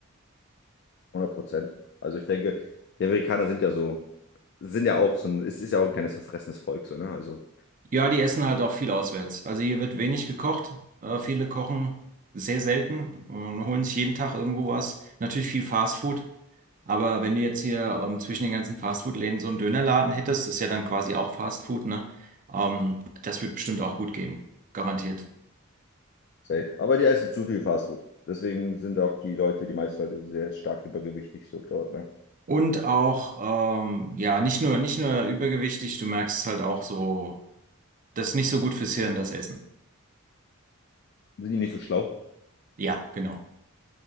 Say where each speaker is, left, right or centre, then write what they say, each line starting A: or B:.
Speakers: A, on the left; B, on the right.
A: hundert Prozent. Also ich denke, die Amerikaner sind ja so, sind ja auch so ein, es ist ja auch ein kleines verfressenes Volk so, ne? Also
B: Ja, die essen halt auch viel auswärts. Also hier wird wenig gekocht. Äh, viele kochen sehr selten und holen sich jeden Tag irgendwo was. Natürlich viel Fastfood. Aber wenn du jetzt hier ähm, zwischen den ganzen Fastfood-Läden so einen Dönerladen hättest, ist ja dann quasi auch Fastfood, ne? Ähm, das wird bestimmt auch gut gehen. Garantiert.
A: safe. Aber die essen zu viel Fastfood. Deswegen sind auch die Leute, die meisten Leute sehr stark übergewichtig so dort, ne?
B: Und auch, ähm, ja, nicht nur, nicht nur übergewichtig, du merkst es halt auch so Das ist nicht so gut fürs Hirn, das Essen.
A: Sind die nicht so schlau?
B: Ja, genau.